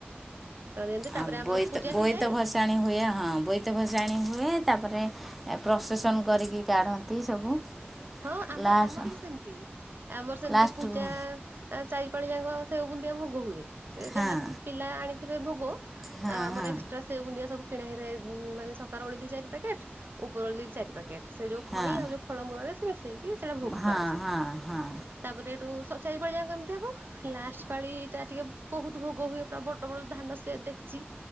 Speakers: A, on the right (about 60°); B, in the centre.
A: ତ ଦିଅନ୍ତି ତାପରେ
B: ଆଉ
A: ଆମର
B: ବୋଇତ
A: ପୂଜା
B: ଭସା
A: ହେଇଯାଏ।
B: ଭସାଣି ହୁଏ ହଁ ବୋଇତ ଭସାଣି ହୁଏ। ତାପରେ ଏ ପ୍ରସେସନ କରିକି କାଢନ୍ତି ସବୁ।
A: ହଁ ଆମେ
B: ଲାଷ୍ଟ
A: ଆମର ବି ସେମିତି। ଆମର ସେମିତି
B: ଲାଷ୍ଟ
A: ପୂଜା
B: ହଁ
A: ଆ ଚାରିପାଳି ଯାକ ସେଇ ବୁନ୍ଦିଆ ଭୋଗ ହୁଏ। ସେ
B: ହଁ
A: ଯାହା ପିଲା ଆଣିଥିବେ ଭୋଗ।
B: ହଁ
A: ଆଉ ଆମର
B: ହଁ
A: ଏକ୍ସଟ୍ରା ସେଉ ବୁନ୍ଦିଆ ସବୁ କିଣା ହୋଇଥାଏ। ମାନ ସକାଳ ୱଳି ଦି ଚାରି ପ୍ୟାକେଟ୍। ଉପରି ଓଳି ଦି ଚାରି ପ୍ୟାକେଟ୍। ସେ ଯୋଉ ଖାଇ
B: ହଁ
A: ଆଉ ଯୋଉ ଫଳମୂଳରେ ସେ ମିଶେଇକି ସେଟା ଭୋଗ
B: ହଁ
A: କରାଯାଏ।
B: ହଁ ହଁ
A: ତାପରେ ହେଠୁ ସ ଚାରି ପାଳି ଯାକ କେମିତି ହବ। ଲାଷ୍ଟ ପାଳି ଟା ଟିକେ ବହୁତ୍ ଭୋଗ ହୁଏ। ପୁରା ବଡ ବଡ ଧାନ ସିଆ ଡେକ୍ଚି,